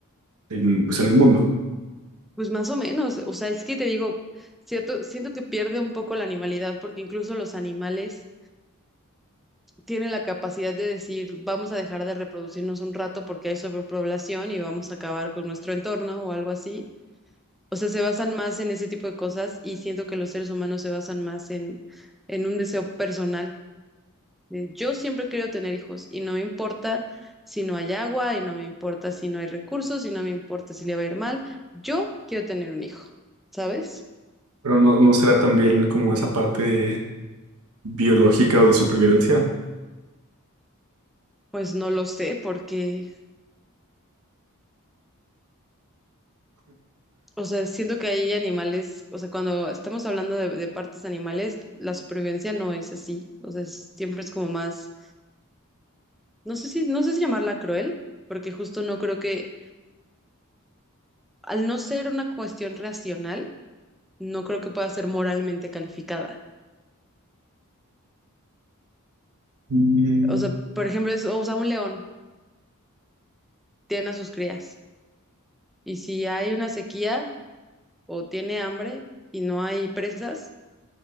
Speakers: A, on the right; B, in the centre.
A: en, pues en el mundo.
B: Pues más o menos, o sea, es que te digo, cierto, siento que pierde un poco la animalidad porque incluso los animales tienen la capacidad de decir, vamos a dejar de reproducirnos un rato porque hay sobrepoblación y vamos a acabar con nuestro entorno o algo así. O sea, se basan más en ese tipo de cosas y siento que los seres humanos se basan más en, en un deseo personal. Eh, Yo siempre he querido tener hijos y no me importa si no hay agua y no me importa si no hay recursos y no me importa si le va a ir mal. Yo quiero tener un hijo, ¿sabes?
A: Pero no, no será también como esa parte biológica o de supervivencia.
B: Pues no lo sé porque, o sea, siento que hay animales, o sea, cuando estamos hablando de, de partes animales, la supervivencia no es así, o sea, es- siempre es como más, no sé si, no sé si llamarla cruel, porque justo no creo que, al no ser una cuestión racional, no creo que pueda ser moralmente calificada.
A: Mm,
B: O sea, por ejemplo, es, o sea, un león. tienen a sus crías. Y si hay una sequía o tiene hambre y no hay presas,